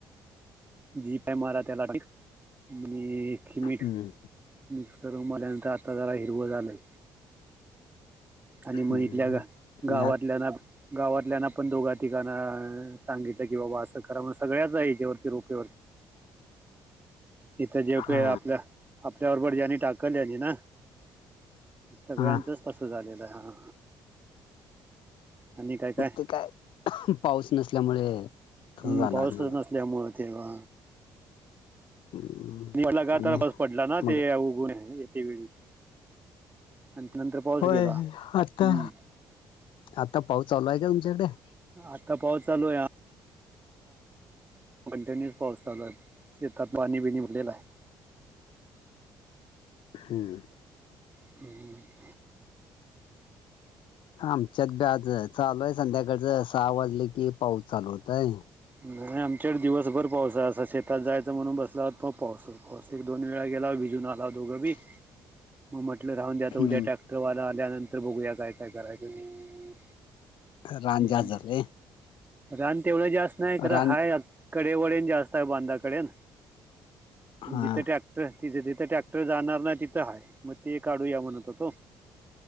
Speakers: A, on the right (about 20°); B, on the left (about 55°).
A: जी फाय मारा त्याला आणि एक हुमिक
B: हम्म
A: मिक्स करून मारल्यानंतर आता जरा हिरवं झालंय. आणि
B: हम्म
A: माळीतल्यां गावातल्याना गावातल्याना पण दोघा तिघांना सांगितलं की बाबा असं करा म्हणून सगळ्याच आहे याच्यावरती रोप इथ जेव
B: हा
A: पे आपल्या आपल्या बडज्यांनी टाकल्यानी ना सगळ्यांचच
B: हा
A: तसं झालेलं हाय हा. आणि काय काय
B: फक्त काय पाऊस नसल्यामुळे तस
A: हम्म
B: झालं
A: पाऊसच
B: असणार
A: नसल्यामूळ तेव्हा
B: हम्म
A: पाऊस
B: आणि
A: पडला ना
B: मग
A: ते उगवून येते वेळी. आणि नंतर पाऊस
B: होय
A: गेला हम्म.
B: आता आता पाऊस चालू आहे का तुमच्याहिकडं?
A: आत्ता पाऊस चालू हाया. कंटिन्युस पाऊस चालू आहे शेतात पाणी बिनी भरलेल आहे.
B: हम्म!
A: <inaudible>
B: आमच्यात बी आज चालू आहे संध्याकाळच सहा वाजले की पाऊस चालू होतंय.
A: नाही आमच्या इकडं दिवसभर पाऊस आहे शेतात जायचं म्हणून बसलो आहोत तर पाऊसच पाऊस एक दोन वेळा गेलाव भिजून आलाव दोघं बी.
B: <inaudible>
A: मग म्हटलं राहुदे आता
B: हम्म
A: उद्या ट्रॅक्टरवाला आल्यानंतर बघूया काय काय करायचं ते.
B: रान
A: हम्म
B: जास्त झालाय.
A: रान तेवढं जास्त नाय खरं
B: रान
A: हाय कडे वडेन जास्त आहे बांधाकडेन.
B: हा
A: मग जिथं ट्रॅक्टर तिथे जिथं ट्रॅक्टर जाणार नाही तिथं हाय मग ते काढूया म्हणत होतो.